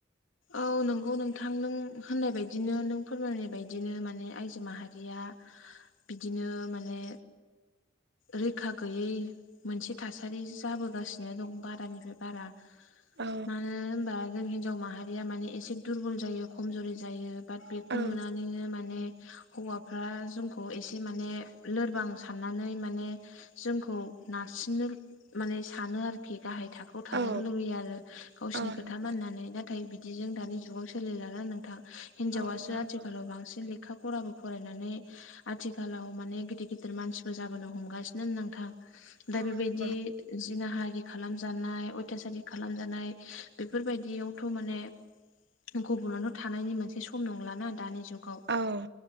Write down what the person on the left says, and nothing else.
औ नंगौ नोंथां नों होननाय बदिनो नों फोरमायनाय बायदिनो माने आइजो माहारिया बिदिनो माने रैखा गैयै मोनसे थासारि जाबोगासिनो दं बारानिफ्राय बारा।
मानो होनबा जों हिनजाव माहारिया माने एसे दुरबल जायो खमजुरि जायो। बाट बेखौ
नुनानैनो माने हौवाफ्रा जोंखौ एसे माने लोरबां साननानै माने माने जोंखौ नारसिननो माने सानो आरोखि। गाहाय थाखोआव थाजानो
लुबैयो आरो गावसोरनि
खोथा
मानिनानै। दा नाथाय बिदिजों दानि जुगाव सोलिलाना नोंथां हिनजावासो
आथिखालाव बांसिन लेखा लेखा फराबो फरायनानै आथिखालाव माने गिदिर गिदिर मानसिबो जाबोनो हमगासिनो नोंथां।
दा बेबायदि
जिना हारि खालामजानाय अयथासारि खालामजानाय बेफोरबायदियावथ' माने गबनाल' थानायनि मोनसे सम नंलाना दानि जुगाव।